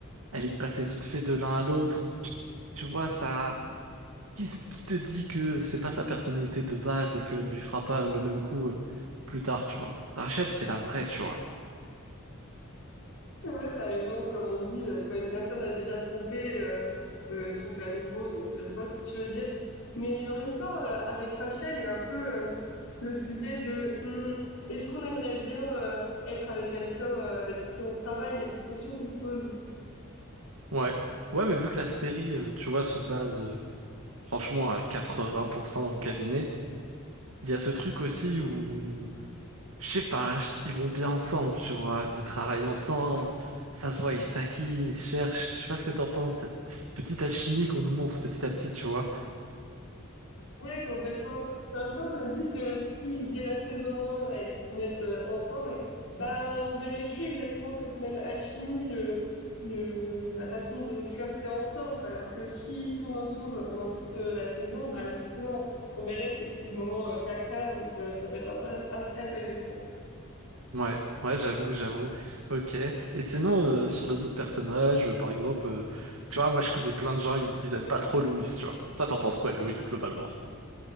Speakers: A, on the right (about 80°); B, on the left (about 75°).
A: elle est passée vite fait de l'un à l'autre. Tu vois, ça, qui, c'est- qui te dit que c'est pas sa personnalité de base et qu'elle lui fera pas le même coup, euh, plus tard, tu vois. Rachel, c'est la vraie, tu vois.
B: C'est vrai, t'as raison. Comme on dit, euh, quand une personne a déjà trompé, euh, euh, tromper à nouveau. Donc, euh, je vois ce que tu veux dire. Mais en même temps, euh, avec Rachel, il y a un peu euh, le sujet de hmm, est-ce qu'on aimerait bien euh, être avec quelqu'un euh, avec qui on travaille? Il y a cette question qui se pose.
A: Ouais. Ouais, mais vu que la série, euh, tu vois, se base Franchement, à 80% dans le cabinet. Il y a ce truc aussi où, je sais pas, je- ils vont bien ensemble, tu vois. Ils travaillent ensemble. Ça se voit, ils se taquinent, ils se cherchent. Je sais pas ce que t'en penses, cette, cette petite alchimie qu'on nous montre petit à petit, tu vois.
B: Ouais, complètement. Mais en même temps, je me dis que si dès la saison 1, là, ils se mettent euh, ensemble, bah, on verrait plus exactement cette même alchimie, le, le, la façon de flirter ensemble. Alors que s'ils se tournent autour euh, pendant toute euh, la saison, bah, justement, on verrait ces petits moments euh, taquins, donc euh, ça peut être un peu as- assez intéressant.
A: Ouais, ouais, j'avoue, j'avoue. Ok. Et sinon, euh, sur les autres personnages, euh, par exemple, euh, tu vois, moi je connais plein de gens, ils, ils aiment pas trop Louis, tu vois. Toi, t'en penses quoi de Louis globalement?